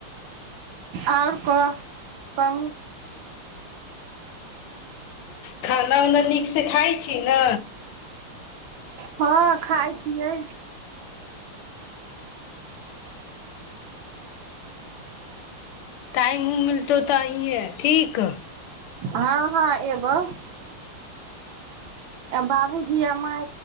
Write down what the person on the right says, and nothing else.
आओर कह कहू
हँ खाइ छियै
हँ हँ ए बो बाबूजी आ माय